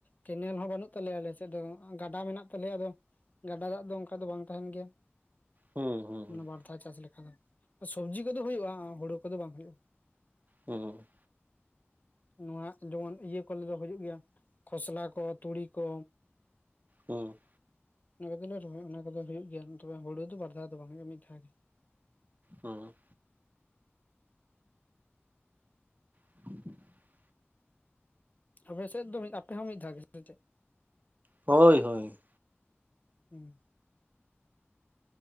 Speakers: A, on the left; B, on the right.
A: ᱠᱮᱱᱮᱞ ᱦᱚᱸ ᱵᱟᱹᱱᱩᱜ ᱛᱟᱞᱮᱭᱟ ᱟᱞᱮ ᱥᱮᱫ ᱫᱚ ᱜᱟᱰᱟ ᱢᱮᱱᱟᱜ ᱛᱟᱞᱮᱭᱟ ᱟᱫᱚ ᱜᱟᱰᱟ ᱫᱟᱜ ᱫᱚ ᱚᱱᱠᱟ ᱫᱚ ᱵᱟᱝ ᱛᱟᱦᱮᱱ ᱜᱮᱭᱟ
B: ᱦᱩᱸ ᱦᱩᱸ
A: ᱵᱟᱨ ᱫᱷᱟᱣ ᱪᱟᱥ ᱞᱮᱠᱟ ᱫᱚ ᱥᱚᱵᱡᱤ ᱠᱚᱫᱚ ᱦᱩᱭᱩᱜᱼᱟ᱾ᱦᱩᱲᱩ ᱠᱚᱫᱚ ᱵᱟᱝ ᱦᱩᱭᱩᱜᱼᱟ᱾
B: ᱚ
A: ᱱᱚᱣᱟ ᱡᱮᱢᱚᱱ ᱤᱭᱟᱹ ᱠᱚᱞᱮ ᱫᱚ ᱦᱩᱭᱩᱜ ᱜᱮᱭᱟ ᱠᱷᱚᱥᱞᱟ ᱠᱚ ᱛᱩᱲᱤ ᱠᱚ
B: ᱦᱩᱸ
A: ᱱᱚᱣᱟ ᱠᱚᱫᱚ ᱨᱚᱦᱚᱭᱟ ᱚᱱᱟᱠᱚᱫᱚ ᱦᱩᱭᱩᱜ ᱜᱮᱭᱟ ᱛᱚᱵᱮ ᱦᱩᱲᱩ ᱫᱚ ᱵᱟᱨ ᱫᱷᱟᱣ ᱫᱚ ᱵᱟᱝ ᱦᱩᱭᱩᱜᱼᱟ ᱢᱤᱫ ᱫᱷᱟᱣ ᱜᱮ
B: ᱦᱚᱸ᱾ <inaudible>
A: ᱟᱵᱚ ᱥᱮᱫ ᱫᱚ ᱟᱯᱮ ᱦᱚᱸ ᱢᱤᱫ ᱫᱷᱟᱣ ᱜᱮ ᱥᱮ ᱪᱮᱫ?
B: ᱦᱳᱭ ᱦᱳᱭ᱾
A: ᱦᱩᱸ᱾